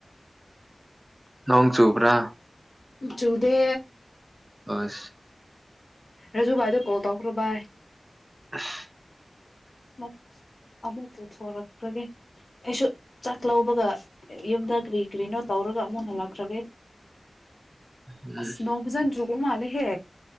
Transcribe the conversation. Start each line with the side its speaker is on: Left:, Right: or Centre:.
Right: ꯅꯣꯡ ꯆꯨꯕ꯭ꯔꯥ
Left: ꯆꯨꯗꯦ
Right: ꯑꯁ
Left: ꯔꯖꯨ ꯚꯥꯏꯗ ꯀꯣꯜ ꯇꯧꯈ꯭ꯔꯣ ꯚꯥꯏ
Right: ꯑꯁ
Left: ꯃꯝ <unintelligible> ꯑꯃꯨꯛ ꯄꯨꯊꯣꯔꯛꯈ꯭ꯔꯒꯦ ꯑꯩꯁꯨ ꯆꯥꯛ ꯂꯧꯕꯒ ꯌꯨꯝꯗ ꯀꯔꯤꯀꯔꯤꯅꯣ ꯇꯧꯔ ꯑꯗꯨꯒ ꯑꯃꯨꯛ ꯍꯜꯂꯛꯈ꯭ꯔꯒꯦ
Right: ꯎꯝ
Left: ꯑꯁ ꯅꯣꯡꯐꯖꯅ ꯆꯨꯕ ꯃꯥꯂꯦꯍꯦ